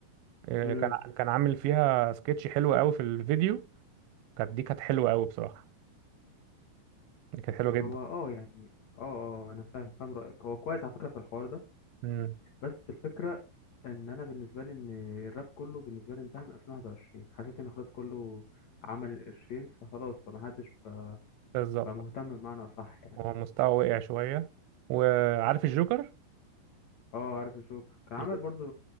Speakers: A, on the right; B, on the left.
A: إيه،
B: كده
A: كان كان عامل فيها سكتش حلو قوي في الفيديو كانت دي كانت حلوه قوي بصراحه دي كانت حلوه جدا
B: هو اه يعني اه اه انا فاهم فاهم رايك هو كويس على فكره في الحوار ده
A: امم
B: بس الفكره ان انا بالنسبه لي ان الراب كله بالنسبه لي انتهى من 2021 حسيت ان خلاص كله عمل القرشين فخلاص فمحدش بقى
A: بالظبط
B: بقى مهتم بمعنى اصح يعني
A: هو مستواه وقع شويه وعارف الجوكر
B: اه عارف الجوكر كان
A: الج-
B: عامل برضو